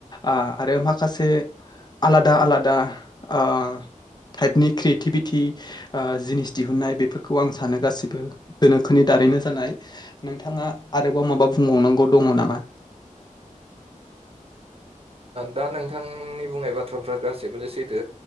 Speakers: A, on the left; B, on the right.
A: ओ आरो माखासे आलादा आलादा ओ टाइपनि क्रियेटिभिटि ओ जिनिस दिहुनन्नाय बेफोरखौ आं सानो गासिबो दोनोखोनि दा दारैनो जानाय नोंथाङा आरोबाव माबा बुंबावनांगौ दङ नामा?
B: <inaudible> <unintelligible> दा नोंथांनि बुंनाय बाथ्राफ्रा गासैबो सैथो